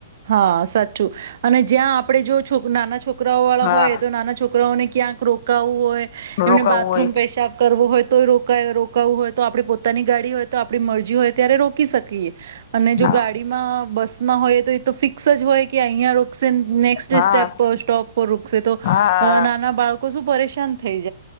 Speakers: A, on the right (about 60°); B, on the left (about 55°).
A: હા સાચું અને જ્યાં આપણે જો છો નાના છોક છોકરાઓ વાળા
B: હા
A: હોય તો નાના છોકરાઓને ક્યાંક ક રોકાવું હોય એમને
B: રોકાવું
A: બાથરૂમ
B: હોય
A: પેશાબ કરવો હોય. તોય રોકાય રોકાવવું હોય તો આપણે પોતાની ગાડી હોય તો આપણી મરજી હોય ત્યારે રો કી શકીએ અને
B: હા
A: જો ગાડીમાં બસ ના હોય તોય તો ફિક્સ જ હોય કે કે અહિયાં રોકશે નેક્ સ્ટપ
B: હા
A: સ્ટોપ પર રોકશે તો
B: હા
A: અ નાના બાળકો શું પરેશાન થઈ જા